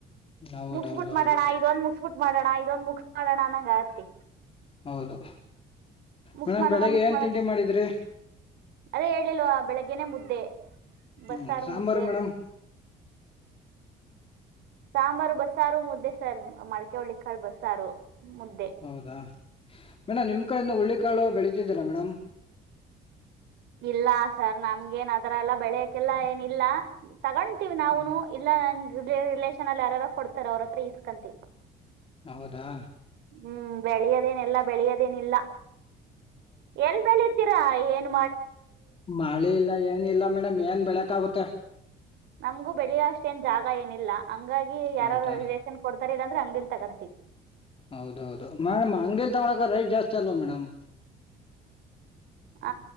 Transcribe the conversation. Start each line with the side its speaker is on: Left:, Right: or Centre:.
Left: ಹೌದು
Right: ಮುಗಸಬಿಟ್ಟ
Left: ಹೌದು ಹೌದು
Right: ಮಾಡೋಣ ಇದು ಮಾಡೋಣ ಇದೊಂದ ಮುಗಸ ಮಾಡೋಣ ನಂಗ ಆತಿ
Left: ಹೌದು
Right: ಮುಕ್ಸ್
Left: ಮೇಡಮ್
Right: ಮಾಡೋಣ
Left: ಬೆಳಿಗ್ಗೆ
Right: ಮುಕ್ಸ್
Left: ಏನ್
Right: ಮಾಡಣ
Left: ತಿಂಡಿ ಮಾಡಿದ್ರಿ
Right: ಅದೇ ಹೇಳಿಲ್ ಆ ಬೆಳಗ್ಗೆನೆ ಮುದ್ದೆ ಬಸ್ಸಾರು
Left: ಹ್ಮ್ ಸಾಂಬಾರು
Right: ಮುದ್ದೆ
Left: ಮೇಡಮ್
Right: ಸಾಂಬಾರು ಬಸ್ಸಾರು ಮುದ್ದೆ ಸರ್ ಮಳೆಕೆ ಹಳ್ಳಿ ಕಾಳ ಬಸ್ಸಾರು ಮುದ್ದೆ
Left: ಹೌದಾ ಮೇಡಮ್ ನಿಮ್ ಕಡೆನು ಹುಳ್ಳಿ ಕಾಳು ಬೆಳತಿದ್ದೀರಾ ಮೇಡಮ
Right: ಇಲ್ಲ ಸರ್ ನಮ್ಗೇನ್ ಅದರ ಎಲ್ಲಾ ಬೆಳೆಯಕೆಲ್ಲ ಏನಿಲ್ಲ ತಗೊತೀವಿ ನಾವ್ನು
Left: ಹ್ಮ್
Right: ಇಲ್ಲಾ ನಂಗ ರಿಲೇಷನ್ ಅಲ್ಲಿ ಯಾರಾರ ಕೊಡ್ತಾರ ಅವ್ರ ಹತ್ರ ಇಸ್ಕಂತ
Left: ಹೌದಾ
Right: ಹ್ಮ್ ಬೆಳೆಯದೇನೆಲ್ಲ ಬೆಳೆಯದೇನಿಲ್ಲ ಎಲ್ ಬೇಳೆದೀರಾ ಏನು
Left: ಮಳೆಇಲ್ಲ ಏನ್ ಇಲ್ಲ ಮೇಡಮ್ ಏನ್ ಬೆಳಕ್ ಆಗುತ್ತೆ
Right: ನಮ್ಗೂ ಬೆಳೆಯುವ ಅಷ್ಟೇನ್ ಜಾಗ ಏನಿಲ್ಲ ಹಂಗಾಗಿ ಯಾರು
Left: ಹೌದಾ
Right: ರಿ <unintelligible> ವೇಶನ್ ಕೊಡ್ತಾರೆ ಅ್ರ <inaudible> ಅಂಗಡಿಲಿ ತಗತಿ
Left: ಹೌದೌದು ಮೇಡಮ್ ಅಂಗಡಿಲಿ ತಗೋಳಕ ರೈಟ್ ಜಾಸ್ತಿ ಅಲ್ವಾ ಮೇಡಮ್
Right: ಹ